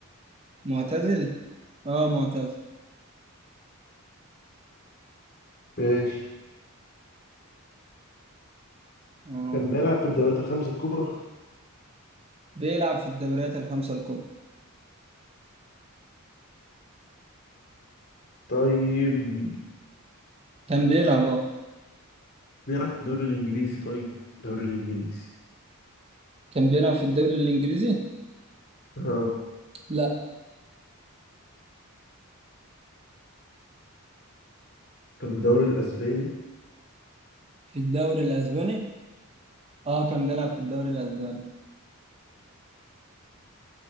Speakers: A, on the right; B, on the left.
A: معتزل اه معتزل
B: ماشي
A: اه
B: كان بيلعب في الدوريات الخمس الكبرى
A: بيلعب في الدوريات الخمسة الكبرى
B: طيب
A: كان بيلعب اه
B: بيلعب في الدوري الانجليزي طيب الدوري الانجليزي
A: كان بيلعب في الدوري الإنجليزي
B: اه
A: لا
B: طب الدوري الاسباني
A: في الدوري الأسباني اه كان بيلعب في الدوري الأسباني